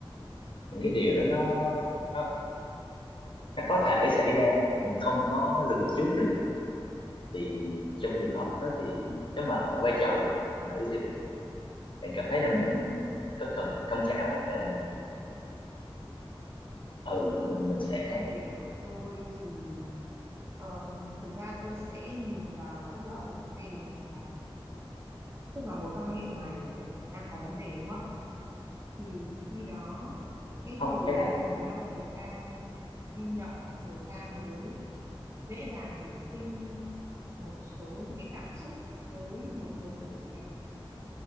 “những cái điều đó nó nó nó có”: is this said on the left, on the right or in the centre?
Left